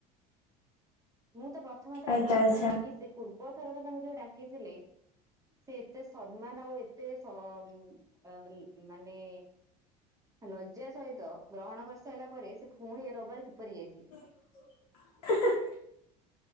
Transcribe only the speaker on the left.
ଆଚ୍ଛା
ଆଚ୍ଛା
<inaudible>